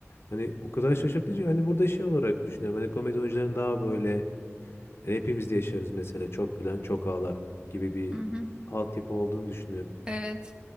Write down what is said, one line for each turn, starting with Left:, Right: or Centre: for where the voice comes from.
Left: hani o kadar şaşırtıcı hani burada şey olarak düşünüyorum hani komedi oyuncuların daha böyle yani hepimiz de yaşarız mesela çok gülen çok ağlar gibi bir
Right: Hı hı.
Left: altyapı olduğunu düşünüyorum.
Right: Evet.